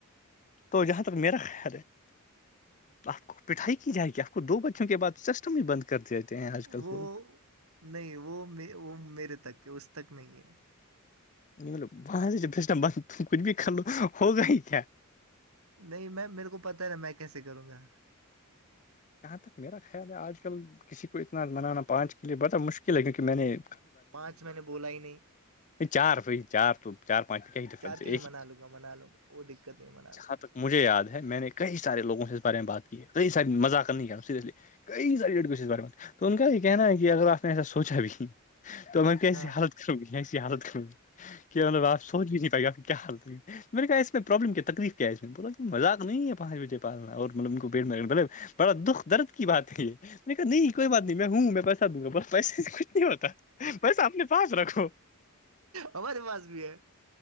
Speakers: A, on the left; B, on the right.
A: تو جہاں تک میرا خیال ہے <unintelligible> آپ کو پٹھائی کی جائے گی آپ کو دو بچوں کے بعد سسٹم ہی بند کر دیتے ہیں آج کل
B: وہ
A: لوگ <unintelligible>
B: نہیں وہ وہ میرے تک اس تک نہیں ہے
A: ل بٹند کچھ بھی کھ لو ہوگا ہی کیا <unintelligible>
B: نہیں میں میرے کو پتا ہے نا میں کیسے کروں گا
A: جہاں تک میرا خیال ہے آج کل کسی کو اتنا منانا پانچ کے لیے بڑتا مشکل ہے کیونکہ میں نے
B: پانچ میں نے بولا ہی نہیں
A: نہیں چار بھائی چار تو چار پانچ میں کیا ہی ڈفرنس
B: چار کے
A: ہے
B: لیے
A: ایک
B: منا
A: ہی
B: لوں گا منا لوں گا وہ دقت نہیں منا لوں
A: جاں
B: گا
A: تک مجھے یاد ہے میں نے کئی سار لوگوں سے اس بارے میں بات کی ہے کئی ساری مذاق نہیں کیا س کئی ساری لیڈ کو بار میں تو ان کا یہ کہنا ہے کہ اگر آپ نے ایسا سوچا بھی ت کی یہ
B: ہاں
A: حلت کر گسی حالت کر کی کہب راپ سوچ نہیں پہپ کو کیا حت م نے کہا اس میں پرابلم کیا تکلیف کیا اس میں بولا کہ مذاق نہیں ہے پانچ بجے پالنا اور مطلب ان کو بیٹ میں مطلب بڑا دکھ درد کی بات ہے یہیکا نہیں کوئی بات نہیں میں ہوں میں پیسہ دوں گا بس پیسےچ نہیں ہوتا بس اپنے پاس رکھو
B: ہمارے پاس بھی ہے